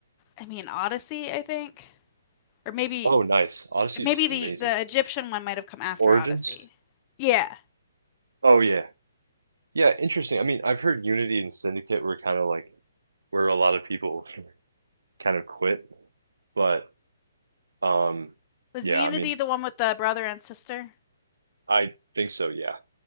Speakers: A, on the left (about 30°); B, on the right (about 75°).
A: I mean Odyssey, I think. Or maybe
B: Oh, nice. Odyssey's
A: maybe the
B: amazing.
A: the Egyptian one might have come after
B: Origins?
A: Odyssey. Yeah.
B: Oh yeah. Yeah, interesting. I mean, I've heard Unity and Syndicate were kind of like where a lot of people <laughs> kind of quit. But Um,
A: Was
B: yeah,
A: Unity
B: I mean,
A: the one with the brother and sister?
B: I think so, yeah.